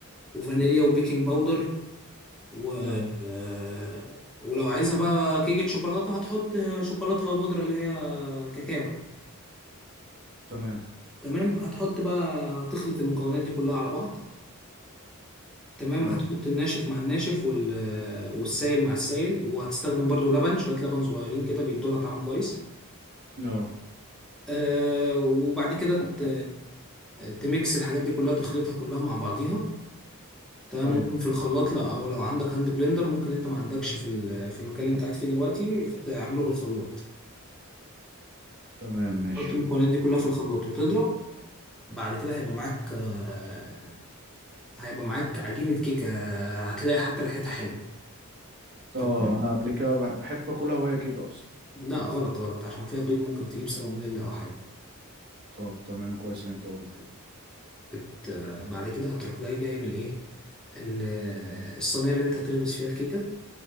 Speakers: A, in the centre; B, on the right.
A: وفانيليا وبيكنج باودر و
B: اه
A: آه، ولو عايزها بقى كيكه شوكولاته هتحط شوكولاته بودره اللي هي كاكاو
B: تمام
A: تمام هتحط بقى هتخلط المكونات دي كلها على بعض تمام
B: ايوه
A: هتحط الناشف مع الناشف وال... والسائل مع السائل وهتستخدم برضو لبن شوية لبن صغيرين كده بيدولها طعم كويس
B: اه
A: آه وبعد كده ت... تميكس الحاجات دي كلها تخلطها كلها مع بعضيها تمام
B: ايوه
A: ممكن في الخلاط لا او لو عندك هاند بلندر ممكن انت ما عندكش في ال... في المكان اللي انت قاعد فيه دلوقتي فتعمله بالخلاط
B: تمام ماشي
A: تحط المكونات دي كلها في الخلاط وتضرب بعد كده هيبقى معاك آه، هيبقى معاك عجينة كيكة هتلاقي حتى ريحتها حلوة طب
B: اه انا قبل كده بح- بحب اكلها وهي كده اصلا
A: لا غلط غلط عشان فيها بيض ممكن تجيب سالمونيلا او حاجه
B: طب تمام كويس إن انت قلت لي
A: بت... آه، بعد كده هتروح جاي جايب الايه ال- آه، الصينيه اللي انت هتخبز فيها الكيكه